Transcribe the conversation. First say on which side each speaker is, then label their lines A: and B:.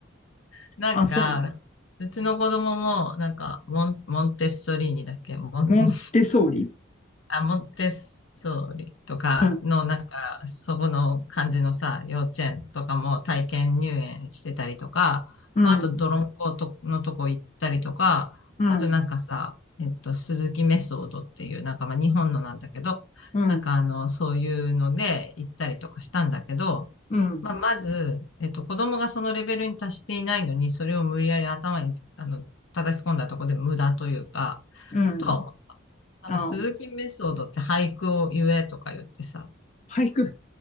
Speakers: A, on the left; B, on the left.
A: <laughs> なんか、
B: あ、そう。
A: うちの子供も、なんかモン、モンテッソリーニだっけモン、
B: モンテソーリ
A: モンあ、モンテッソーリとかの、
B: うん、
A: なんか、そこの感じのさ、幼稚園とかも体験入園してたりとか、
B: うん、
A: まあ、あと、泥んことのとこ行ったりとか、
B: うん、
A: あとなんかさ、えっと、鈴木メソードっていう、なんかまあ、日本のなんだけど、
B: うん、
A: なんかあの、そういうので行ったりとかしたんだけど、
B: うん、
A: まあ、まず、えっと、子供がそのレベルに達していないのに、それを無理やり頭に、あの、叩き込んだとこで無駄というか、
B: うん。
A: とは思った。なんか鈴木メソードって俳句を言えとか言ってさ、
B: あ、俳句。